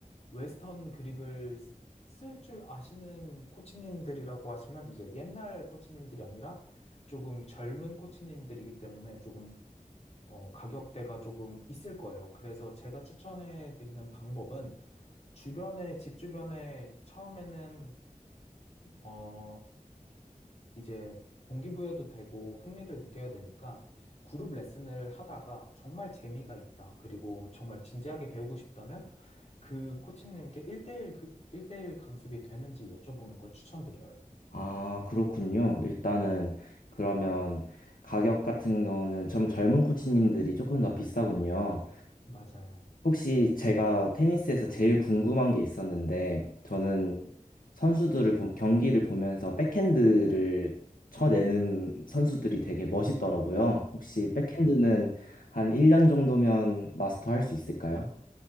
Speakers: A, on the left; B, on the left.
A: 웨스턴 그립을 쓸 줄 아시는 코치님들이라고 하시면 이제 옛날 코치님들이 아니라 조금 젊은 코치님들이기 때문에 조금 어, 가격대가 조금 있을 거예요. 그래서 제가 추천해 드리는 방법은 주변에, 집 주변에 처음에는 어, 이제 동기부여도 되고 흥미를 느껴야 되니까 그룹 레슨을 하다가 정말 재미가 있다. 그리고 정말 진지하게 배우고 싶다면 그 코치님께 1대1, 그, 일대일 강습이 되는지 여쭤보는 걸 추천드려요.
B: 아, 그렇군요. 일단은 그러면 가격 같은 거는 좀 젊은 코치님들이 조금 더 비싸군요.
A: 맞아요.
B: 혹시 제가 테니스에서 제일 궁금한 게 있었는데, 저는
A: 네.
B: 선수들을, 보- 경기를 보면서 백핸드를 쳐내는 선수들이 되게 멋있더라고요. 혹시
A: 네.
B: 백핸드는 한 1년 정도면 마스터할 수 있을까요?